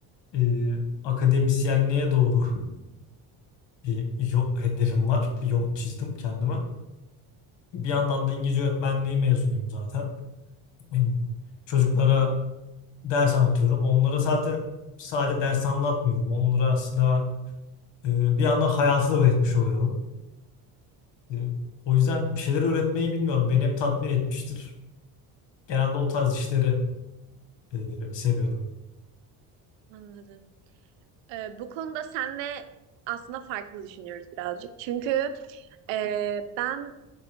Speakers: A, on the left; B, on the right.
A: e, akademisyenliğe doğru bir yol, hedefim var. Bir yol çizdim kendime. Bir yandan da İngilizce öğretmenliği mezunuyum zaten. <clears throat> Çocuklara ders anlatıyorum. Onlara zaten sadece ders anlatmıyorum. Onlara aslında Ee, bir yandan hayatı da üretmiş oluyorum. Ee, o yüzden bir şeyleri üretmeyi bilmiyorum. Beni hep tatmin etmiştir. Genelde o tarz işleri e, seviyorum.
B: anladım. Ee, bu konuda senle aslında farklı düşünüyoruz birazcık. Çünkü e, ben